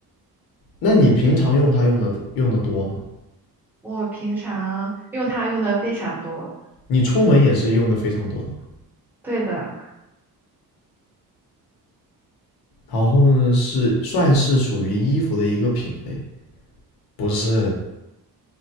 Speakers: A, on the left (about 70°); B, in the centre.
A: 那你平常用它用的用的多吗？
B: 我平常用它用的非常多。
A: 你出门也是用的非常多的吗？
B: 对的，
A: 然后呢，是算是属于衣服的一个品类，不是